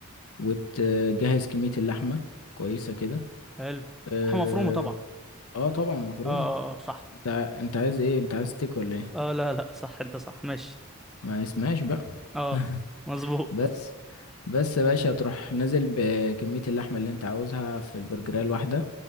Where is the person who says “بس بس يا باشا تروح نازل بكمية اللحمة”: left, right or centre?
Left